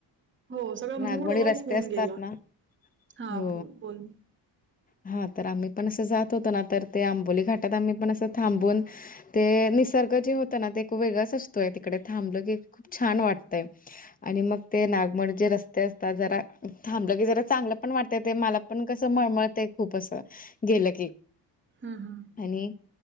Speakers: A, on the right (about 25°); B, on the left (about 20°).
A: हो सगळा
B: नागमोडी
A: मूड ऑफ
B: रस्ते
A: होऊन
B: असतात
A: गेला.
B: ना
A: हा
B: हो
A: बोल,
B: हा तर आम्ही पण असं जात होतो ना, तर ते आंबोली घाटात आम्ही पण असं थांबून. ते निसर्ग जे होत ना ते एक वेगळांच असतोय, तिकडे थांबलं की खूप छान वाटतंय. आणि मग ते नागमोडी जे रस्ते असतात. जरा थांबलं की जरा चांगलं पण वाटत, ते मला पण कसं मळमळ ते खूप असं गेलं की,
A: हम हम.
B: आणि,